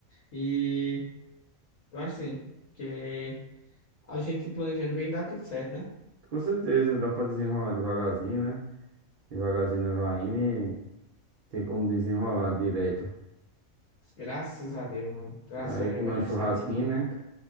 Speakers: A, on the left; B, on the right.
A: E eu acho assim, que a gente planejando bem dá tudo certo, né?
B: Com certeza, dá pra desenrolar devagarzinho, né? Devagarzinho na vai indo e tem como desenrolar direto.
A: Graças a Deus, mano. Graças
B: E aí,
A: a Deus
B: como
A: vai
B: é
A: conseguir.
B: um churrasquinho, né?